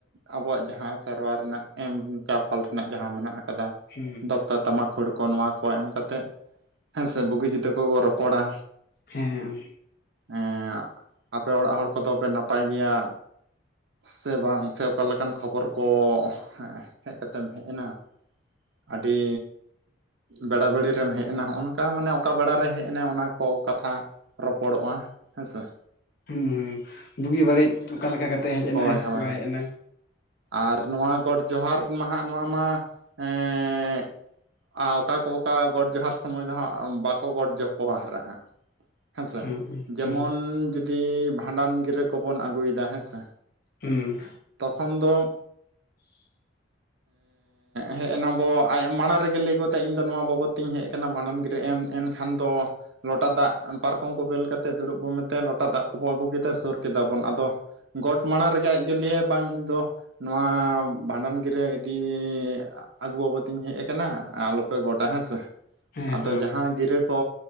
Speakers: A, on the right; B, on the left.
A: ᱟᱵᱚᱣᱟᱜ ᱡᱟᱦᱟᱸ ᱥᱮᱨᱣᱟ ᱨᱮᱱᱟᱜ ᱮᱢ ᱪᱟᱯᱟᱞ ᱨᱮᱱᱟᱜ ᱡᱟᱦᱟᱸ ᱢᱮᱱᱟᱜ ᱟᱠᱟᱫᱟ
B: ᱦᱩᱸ
A: ᱫᱚᱠᱛᱟ ᱛᱟᱢᱟᱠᱷᱩᱲ ᱠᱚ ᱱᱚᱣᱟ ᱠᱚ ᱮᱢ ᱠᱟᱛᱮ ᱦᱮᱸ ᱥᱮ ᱵᱩᱜᱤ ᱡᱩᱫᱟᱹ ᱠᱚᱠᱚ ᱨᱚᱯᱚᱲᱟ
B: ᱦᱮᱸ ᱦᱮᱸ
A: ᱮᱸ ᱟᱯᱮ ᱚᱲᱟᱜ ᱦᱚᱲ ᱠᱚᱫᱚ ᱯᱮ ᱱᱟᱯᱟᱭ ᱜᱮᱭᱟ ᱥᱮ ᱵᱟᱝ ᱥᱮ ᱚᱠᱟ ᱞᱮᱮᱠᱟᱱ ᱠᱷᱚᱵᱚᱨ ᱠᱚ ᱦᱮ... ᱦᱮᱡ ᱠᱟᱛᱮᱢ ᱦᱮᱡ ᱮᱱᱟ ᱟᱹᱰᱤ ᱵᱮᱲᱟ ᱵᱮᱲᱤ ᱨᱮᱢ ᱦᱮᱡ ᱮᱱᱟ ᱦᱚᱸᱜ-ᱚ ᱠᱟ ᱢᱟᱱᱮ ᱚᱠᱟ ᱵᱟᱲᱟ ᱨᱮ ᱦᱮᱡ ᱮᱱᱟ ᱚᱱᱟ ᱠᱚ ᱠᱟᱛᱷᱟ ᱨᱚᱯᱚᱲᱚᱜ-ᱟ ᱦᱮᱸ ᱥᱮ
B: ᱦᱩᱸ ᱦᱩᱸ ᱵᱩᱜᱤ ᱵᱟᱹᱲᱤᱡ ᱚᱠᱟ ᱞᱮᱠᱟ ᱠᱟᱛᱮᱜ ᱦᱮᱡ ᱮᱱᱟᱭ
A: ᱦᱳᱭ ᱦᱳᱭ
B: ᱵᱟᱭ ᱦᱮᱡ ᱮᱱᱟᱭ
A: ᱟᱨ ᱱᱚᱶᱟ ᱜᱚᱰ ᱡᱚᱦᱟᱨ ᱢᱟ ᱦᱟᱸᱜ ᱱᱚᱣᱟ ᱢᱟ ᱮᱸ ᱟᱨ ᱚᱠᱟ ᱠᱚ ᱚᱠᱟ ᱜᱚᱴ ᱡᱚᱦᱟᱨ ᱥᱚᱢᱚᱭ ᱫᱚ ᱦᱟᱸᱜ ᱵᱟᱠᱚ ᱜᱚᱴ ᱡᱚᱯᱚᱦᱟᱨᱟ ᱦᱟᱸᱜ ᱦᱮᱸ ᱥᱮ
B: ᱦᱩᱸ
A: ᱡᱮᱢᱚᱱ
B: ᱦᱩᱸ
A: ᱡᱩᱫᱤ ᱵᱷᱟᱸᱰᱟᱱ ᱜᱤᱨᱟᱹ ᱠᱚᱵᱚᱱ ᱟᱹᱜᱩᱭᱮᱫᱟ ᱦᱮᱸ ᱥᱮ
B: ᱦᱩᱸ
A: ᱛᱚᱠᱷᱚᱱ ᱫᱚ
B: <inaudible>
A: ᱦᱮᱡ ᱮᱱᱟ ᱵᱚ ᱟᱡ ᱢᱟᱲᱟᱝ ᱨᱮᱜᱮ ᱞᱟᱹᱭ ᱜᱚᱫᱟᱭ ᱤᱧ ᱫᱚ ᱱᱚᱣᱟ ᱵᱟᱵᱚᱫ ᱛᱤᱧ ᱦᱮᱡ ᱟᱠᱟᱱᱟ ᱵᱷᱟᱸᱰᱟᱱ ᱜᱤᱨᱟᱹ ᱮᱢ ᱮᱱᱠᱷᱟᱱ ᱫᱚ ᱞᱚᱴᱟ ᱫᱟᱜ ᱯᱟᱨᱠᱚᱢ ᱠᱚ ᱵᱮᱞ ᱠᱟᱛᱮᱫ ᱫᱩᱲᱩᱵ ᱵᱚᱱ ᱢᱮᱛᱟᱭᱟ ᱞᱚᱴᱟ ᱫᱟᱜ ᱠᱚᱵᱚ ᱟᱹᱜᱩ ᱠᱮᱫᱟ ᱥᱩᱨ ᱠᱮᱫᱟ ᱵᱚᱱ ᱟᱫᱚ ᱜᱚᱰ ᱢᱟᱲᱟᱝ ᱨᱮᱜᱮ ᱟᱡ ᱜᱮ ᱞᱟᱹᱭᱟᱭ ᱵᱟᱝ ᱤᱧ ᱫᱚ ᱱᱚᱣᱟ ᱵᱷᱟᱸᱰᱟᱱ ᱜᱤᱨᱟᱹ ᱤᱫᱤ ᱟᱹᱜᱩ ᱵᱟᱵᱚᱫᱤᱧ ᱦᱮᱡ ᱟᱠᱟᱱᱟ ᱟᱞᱚ ᱯᱮ ᱜᱚᱴᱟ ᱦᱮᱸ ᱥᱮ
B: ᱦᱮᱸ
A: ᱟᱫᱚ
B: ᱦᱮᱸ
A: ᱡᱟᱦᱟᱸ ᱜᱤᱨᱟᱹ ᱠᱚ